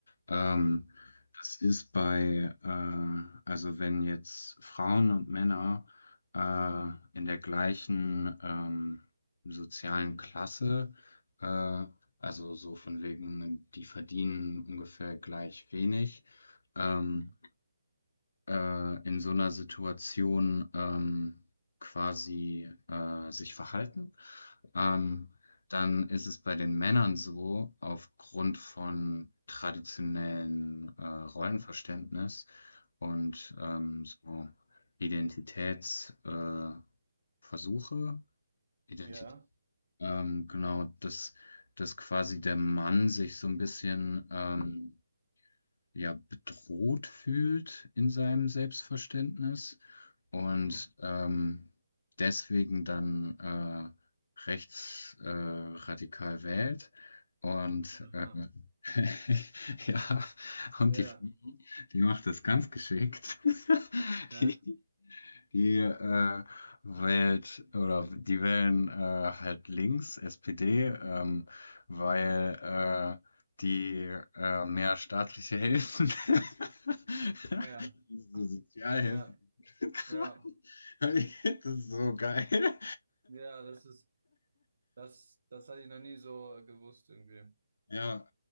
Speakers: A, on the left; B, on the right.
A: Ähm, das ist bei, äh, also wenn jetzt Frauen und Männer äh, in der gleichen ähm, sozialen Klasse, äh, also so von wegen, die verdienen ungefähr gleich wenig, ähm,
B: Mhm.
A: äh, in so einer Situation ähm, quasi äh, sich verhalten. Ähm, dann ist es bei den Männern so, aufgrund von traditionellen äh, Rollenverständnis und ähm, so Identitätsversuche, äh, Versuche, Identität,
B: Ja.
A: ähm, genau, dass, dass quasi der Mann sich so ein bisschen ähm, ja bedroht fühlt in seinem Selbstverständnis und
B: Mhm.
A: ähm, deswegen dann äh, rechts äh, radikal wählt. Und
B: Aha.
A: äh, <laughs> ja, und
B: Ja.
A: die Frau, die macht das ganz geschickt. <laughs>
B: Ja.
A: Die, die äh, wählt oder die wählen äh, halt links, SPD, ähm, weil äh, die äh, mehr staatliche Hilfen, <laughs>
B: Ja.
A: Diese Sozialhilfen,
B: Ja.
A: <laughs>
B: Ja.
A: das ist so geil.
B: Ja, das ist Das, das hatte ich noch nie so gewusst irgendwie.
A: Ja,